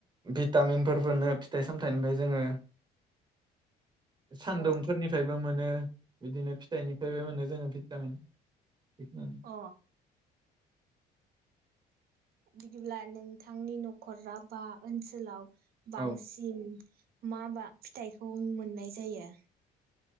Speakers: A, on the right (about 25°); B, on the right (about 65°).
A: भिटामिनफोर मोनो फिथाइ सामथाइनिफ्राय जोङो सान्दुंफोरनिफ्रायबो
B: औ
A: मोनो ओ बिदिनो फिथाइनिफ्रायबो मोनो जोङो भिटामिन बेखिनियानो
B: अ बिदिब्ला नोंथांनि न'खरा बा ओनसोलाव बांसिन
A: औ।
B: माबा फिथाइखौ मोननाय जायो।